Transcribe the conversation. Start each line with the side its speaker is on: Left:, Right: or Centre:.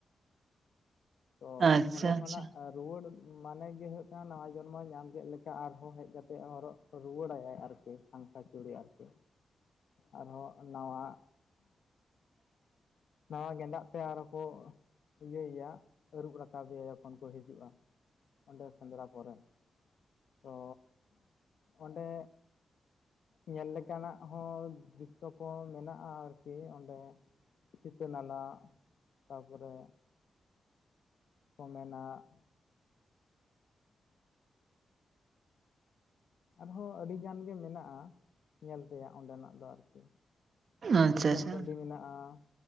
Left: ᱛᱚ
Right: ᱟᱪᱪᱷᱟ
Left: ᱚᱸᱰᱮ ᱠᱷᱚᱱᱟᱜ
Right: ᱟᱪᱪᱷᱟ
Left: ᱨᱩᱣᱟᱹᱲ ᱢᱟᱱᱮ ᱜᱮ ᱦᱩᱭᱩᱜ ᱠᱟᱱᱟ ᱱᱟᱣᱟ ᱡᱚᱱᱢᱚᱭ ᱧᱟᱢ ᱠᱮᱜ ᱞᱮᱠ ᱥᱮ ᱟᱨᱦᱚᱸ ᱦᱮᱡ ᱠᱟᱛᱮᱜ ᱦᱚᱨᱚᱜ ᱨᱩᱣᱟᱹᱲᱟᱭ ᱟᱡ ᱟᱨᱠᱤ ᱥᱟᱝᱠᱷᱟ ᱪᱩᱲᱤ ᱟᱨᱠᱤ ᱟᱨᱦᱚᱸ ᱱᱟᱣᱟ ᱱᱟᱣᱟ ᱜᱮᱸᱫᱟᱜ ᱛᱮ ᱟᱨᱦᱚ ᱠᱚ ᱤᱭᱟᱹᱭᱮᱭᱟ ᱠᱩ ᱨᱟᱠᱟᱵᱮᱭᱟ ᱡᱚᱠᱷᱚᱱ ᱠᱚ ᱦᱤᱡᱩᱜᱼᱟ ᱚᱸᱰᱮ ᱥᱮᱸᱫᱽᱨᱟ ᱯᱚᱨᱮ ᱛᱚ ᱚᱸᱰᱮ ᱧᱮᱞ ᱞᱮ ᱠᱟᱱᱟᱜ ᱦᱚᱸ ᱫᱤᱥᱥᱚ ᱠᱚ ᱢᱮᱱᱟᱜᱼᱟ ᱟᱨᱠᱤ ᱚᱸᱰᱮ᱾ ᱥᱤᱛᱟᱹ ᱱᱟᱞᱟ ᱛᱟᱯᱚᱨᱮ ᱠᱚ ᱢᱮᱱᱟᱜ ᱟᱸ ᱟᱨᱦᱚᱸ ᱟᱹᱰᱤ ᱜᱟᱱ ᱜᱮ ᱢᱮᱱᱟᱜᱼᱟ ᱧᱮᱞ ᱛᱮᱭᱟᱜ ᱚᱸᱰᱮᱱᱟᱜ ᱫᱚ ᱟᱨᱠᱤ
Right: ᱟᱪᱪᱷᱟ
Left: ᱥᱩᱛᱟᱹᱱ
Right: ᱟᱪᱪᱷᱟ
Left: ᱴᱟᱺᱰᱤ ᱢᱮᱱᱟᱜᱼᱟ,